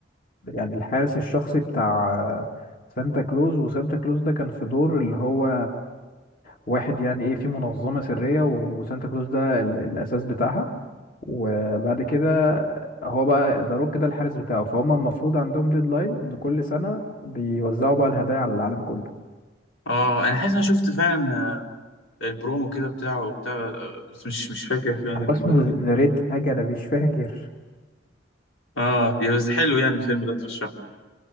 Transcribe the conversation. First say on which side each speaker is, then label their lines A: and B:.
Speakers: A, on the left; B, on the left.
A: يعني الحارس الشخصي بتاع آه، سانتا كلوز وسانتا كلوز ده كان في دور اللي هو واحد يعني ايه في منظمة سرية و- وسانتا كلوز ده ال- الأساس بتاعها وبعد كده هو بقى ذا روك ده الحارس بتاعه فهم المفروض عندهم ديدلاين إن كل سنة بيوزعوا بقى الهدايا على العالم كله
B: اه انا حاسس انا شفت فعلا آه، البرومو كده بتاعه بتاع آه، بس مش مش فاكر فعلا
A: هو
B: ال-
A: اسمه ذا ريد حاجة أنا مش فاكر
B: اه يا بس حلو يعني الفيلم ده ترشحه